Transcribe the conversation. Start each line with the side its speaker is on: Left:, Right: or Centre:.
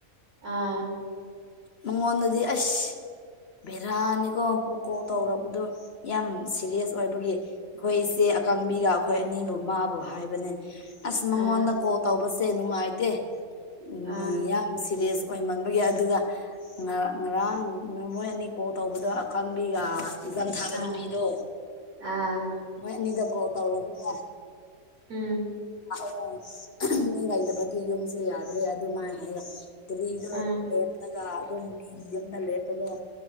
Right: ꯑꯥ
Left: ꯃꯉꯣꯟꯗꯗꯤ ꯑꯁ ꯚꯦꯔꯥꯅꯤꯀꯣ ꯄꯣꯀꯣ ꯇꯧꯔꯕꯗꯨ ꯌꯥꯝ ꯁꯦꯔꯤꯌꯁ ꯑꯣꯏꯕꯒꯤ ꯑꯩꯈꯣꯏ ꯏꯆꯦ ꯑꯀꯪꯕꯤꯒ ꯑꯩꯈꯣꯏ ꯑꯅꯤꯕꯨ ꯃꯥꯕꯨ ꯍꯥꯏꯕꯅꯦ ꯑꯁ ꯃꯉꯣꯟꯗ
Right: ꯑꯥ
Left: ꯀꯣꯜ ꯇꯧꯕꯁꯦ ꯅꯨꯡꯉꯥꯏꯇꯦ ꯎꯝ
Right: ꯑꯥ
Left: ꯌꯥꯝ ꯁꯤꯔꯤꯌꯦꯁ ꯑꯣꯏꯃꯟꯕꯒꯤ ꯑꯗꯨꯒ ꯉꯥ ꯉꯔꯥꯡ ꯃꯣꯏ ꯑꯅꯤ ꯀꯣꯜ ꯇꯧꯕꯗꯣ ꯑꯀꯪꯕꯤꯒ ꯑꯦꯛꯖꯥꯝ ꯊꯥꯕ
Right: ꯑꯥ
Left: ꯅꯨꯄꯤꯗꯣ
Right: ꯑꯥ
Left: ꯃꯣꯏ ꯑꯅꯤꯗ ꯀꯣꯜ ꯇꯧꯔꯕꯅꯦ
Right: ꯎꯝ
Left: <unintelligible> ꯃꯤ ꯂꯩꯇꯕꯒꯤ ꯌꯨꯝꯁꯨꯦ ꯌꯥꯗ꯭ꯔꯦ ꯑꯗꯨꯃꯥꯏꯅ ꯍꯥꯏ ꯗꯤꯜꯂꯤꯗ
Right: ꯎꯝ
Left: ꯑꯗꯨꯝ ꯃꯤ ꯌꯨꯝꯗ ꯂꯦꯞꯄꯗꯣ